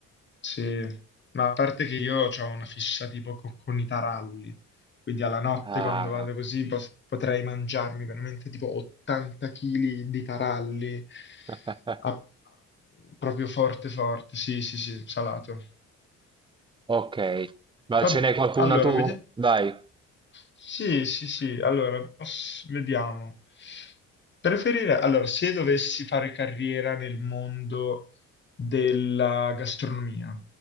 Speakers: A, on the left; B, on the right.
A: Sì, ma a parte che io ho una fissa tipo co- con, i taralli, quindi alla notte
B: Ah,
A: quando vado così pos- potrei mangiarmi veramente tipo 80 kg di taralli,
B: <laughs>
A: a- proprio forte forte, sì sì sì, salato.
B: ok. Ma
A: Va-
B: ce n'è qualcuna
A: allora,
B: tu?
A: vediamo.
B: Vai.
A: Sì, sì, sì, allora, poss- vediamo. Preferire, allora, se dovessi fare carriera nel mondo della gastronomia,